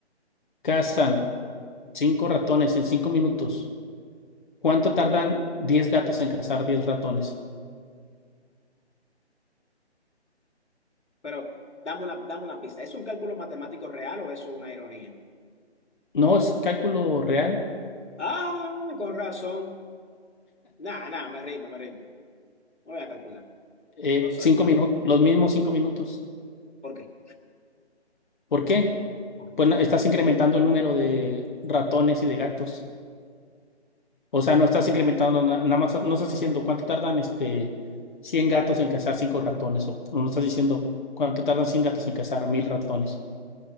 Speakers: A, on the left; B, on the left.
A: cazan cinco ratones en cinco
B: <laughs>
A: minutos, ¿Cuánto tardan 10 gatos en cazar 10 ratones?
B: Pero dame una, dame una pista. ¿Es un cálculo matemático real o es una ironía?
A: No es cálculo real.
B: Ah, con razón. Nah, nah, me rindo, me rindo. No voy a calcular.
A: eh,
B: No soy
A: cinco
B: bueno.
A: minutos, los mismos cinco minutos.
B: ¿Por qué?
A: ¿Por qué?
B: Ok,
A: Pues no- estás incrementando el número de ratones y de gatos. O sea, no estás incrementando, na- nada más no estás diciendo cuánto tardan este 100 gatos en cazar cinco ratones. O no estás diciendo cuánto tardan 100 gatos en cazar mil ratones.